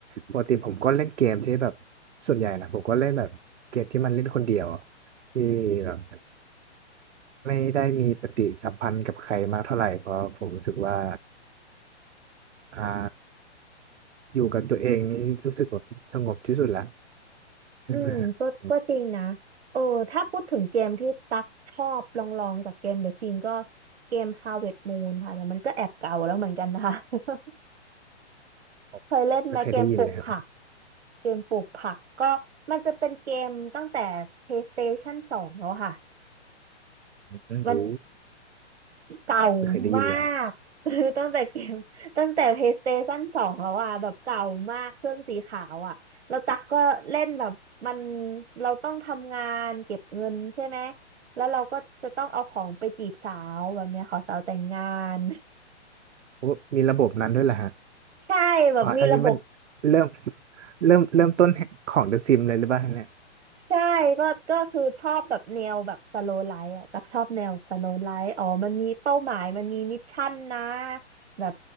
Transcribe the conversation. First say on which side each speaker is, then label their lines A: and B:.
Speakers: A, on the right (about 85°); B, on the right (about 65°).
A: ปกติผมก็เล่นเกมที่แบบส่วนใหญ่นะผมก็เล่นแบบเกมที่มันเล่นคนเดียวที่แบบไม่ได้มีปฏิสัมพันธ์กับใครมากเท่าไหร่เพราะผมรู้สึกว่าอ่าอยู่กับตัวเองนี่รู้สึกแบบสงบที่สุดละใช่ไหมฮะผม
B: อืมก็ก็จริงนะเออถ้าพูดถึงเกมที่ตักชอบลองลองจากเกมเดอะซิมก็เกม Harvest Moon ค่ะแต่มันก็แอบเก่าแล้วเหมือนกันนะคะ <laughs>
A: ผมไม่เคยได้ยินเลยครับ
B: เคยเล่นไหมเกมปลูกผักเกมปลูกผักก็มันจะเป็นเกมตั้งแต่ PlayStation 2แล้วค่ะ
A: อืมโอ้
B: มัน เก่า
A: ไม่เคยได้ยินเลยฮะ
B: มาก <laughs> คือตั้งแต่เกมตั้งแต่ PlayStation 2แล้วอ่ะแบบเก่ามากเครื่องสีขาวอ่ะแล้วตั๊กก็เล่นแบบมันเราต้องทำงานเก็บเงินใช่ไหมแล้วเราก็จะต้องเอาของไปจีบสาวแบบเนี้ยขอสาวแต่งงาน
A: โอ้มีระบบนั้นด้วยเหรอฮะ
B: <laughs> ใช่แบบมีระบบ
A: อ๋ออันนี้มันเริ่มเริ่มเริ่มต้นของ The Sims เลยหรือเปล่าเนี่ย
B: ใช่ก็ก็คือชอบแบบแนวแบบสโลไลฟ์อ่ะตักชอบแนวสโลไลฟ์อ๋อมันมีเป้าหมายมันมีมิชชั่นนะแบบ